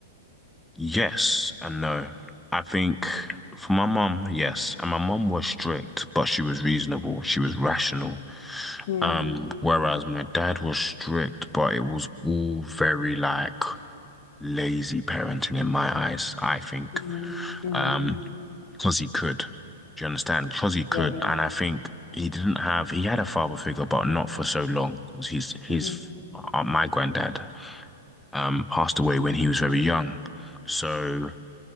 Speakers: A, in the centre; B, on the left (about 45°).
A: yes and no. I think for my mum, yes. And my mum was strict, but she was reasonable. She was rational.
B: Mm,
A: Um, whereas my dad was strict, but it was all very like lazy parenting in my eyes, I think.
B: mm, mm.
A: Um, because he could. Do you understand? Because he could.
B: Yeah.
A: And I think he didn't have, he had a father figure, but not for so long. He's, he's,
B: Mm-hmm.
A: uh, my granddad, um, passed away when he was very young. So